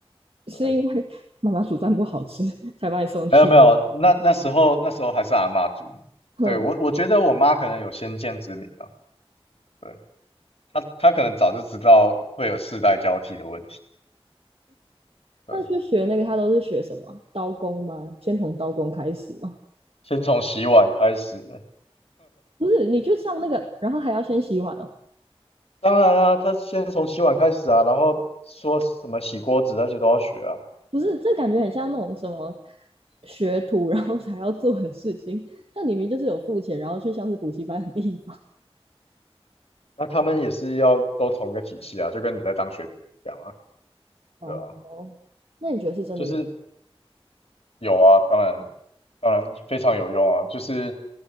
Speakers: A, on the right (about 65°); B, on the left (about 75°).
A: 是因为妈妈煮饭不好吃才把你送去？
B: 对。没有没有，那那时候那时候还是阿嬷煮，
A: <laughs> 哼。
B: 对我我觉得我妈可能有先见之明啊，对她她可能早就知道会有世代交替的问题，对，
A: 那去学那个，他都是学什么？刀工吗？先从刀工开始吗？
B: 先从洗碗开始，
A: 不是，你去上那个，然后还要先洗碗哦。
B: 当然啦、她先从洗碗开始啊，然后说什么洗锅子那些都要学啊。
A: 不是，这感觉很像那种什么学徒，然后才要做的事情。那你明明就是有付钱，然后去像是补习班的地方。
B: 那他们也是要都同一个体系啊，就跟你在当学徒一样啊，
A: 哦，
B: 对啊，
A: 那你觉得是真的有？
B: 就是有啊，当然，当然非常有用啊。就是